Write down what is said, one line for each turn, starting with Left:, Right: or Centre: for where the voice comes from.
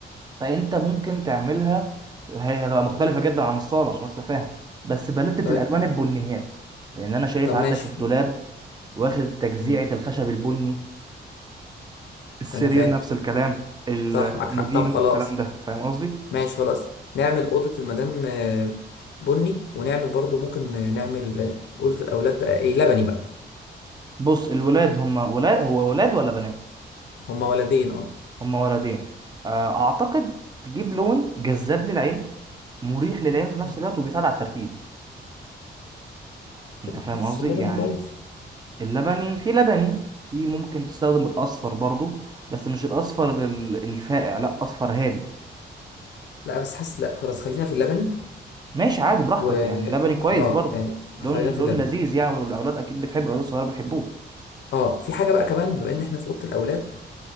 Right: فانت ممكن تعملها هي هتبقى مختلفه جدا عن الصاله عشان بس فاهم بس بلتة
Left: طيب
Right: الالوان البنيات لان انا شايف
Left: طب
Right: عندك
Left: ماشي
Right: الدولاب واخد تجزيعه
Left: امم
Right: الخشب البني السرير
Left: انا فاهم
Right: نفس الكلام الكومودينو
Left: صح معاك حق طب خلاص
Right: والكلام ده فاهم قصدي
Left: ماشي خلاص نعمل اوضه المدام آه، بني ونعمل برضو ممكن آه، نعمل آه، اوضه الاولاد بقى ايه لبني بقى
Right: بص الولاد هم ولاد هو ولاد ولا بنات
Left: هما ولدين اه
Right: هم ولدين آه، اعتقد تجيب لون جذاب للعين مريح للعين في نفس
Left: مم.
Right: الوقت وبيساعد على التركيز انت
Left: طب ما
Right: فاهم
Left: حاسس
Right: قصدي
Left: اللبني
Right: يعني
Left: كويس
Right: اللبني في لبني في ممكن تستخدم الاصفر برضو بس مش الاصفر ال- الفاقع لا اصفر هادي
Left: لا بس حاسس لا خلاص خلينا في اللبني
Right: ماشي عادي براحتك
Left: و
Right: يعني لبني كويس
Left: اه
Right: برضو
Left: يعني
Right: لون
Left: خلينا
Right: لون
Left: في اللبني
Right: لذيذ يعني والاولاد اكيد بتحبه الاولاد الصغيره بيحبوه
Left: اه في حاجه بقى كمان بما ان احنا في اوضه الاولاد